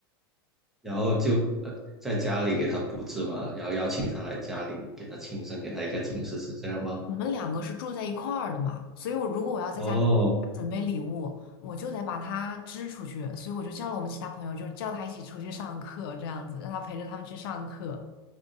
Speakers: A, in the centre; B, on the left.
A: 然后就呃在家里给他布置嘛，然后邀请他来家里给他庆生，给他一个惊喜，是这样吗？
B: 我们两个是住在一块儿的嘛，所以我如果我要在家里准备礼物，
A: 哦
B: 我就得把他支出去，所以我就叫了我们其他朋友，就是叫他一起出去上课，这样子让他陪着他们去上课。